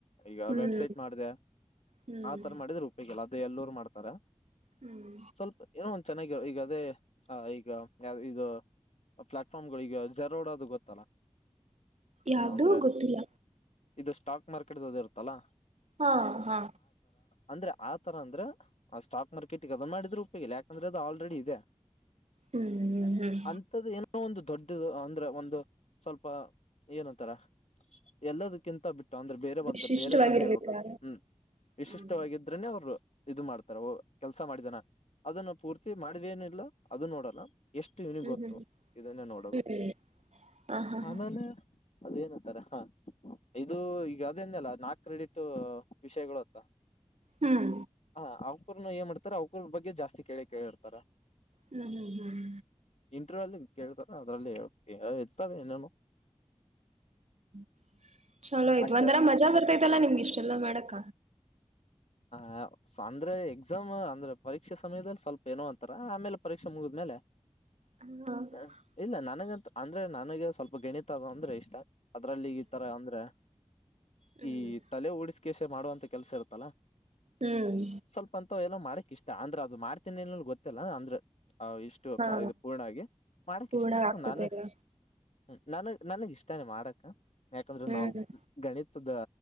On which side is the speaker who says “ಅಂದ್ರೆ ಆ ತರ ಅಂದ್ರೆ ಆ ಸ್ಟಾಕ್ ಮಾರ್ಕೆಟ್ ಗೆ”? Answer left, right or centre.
Left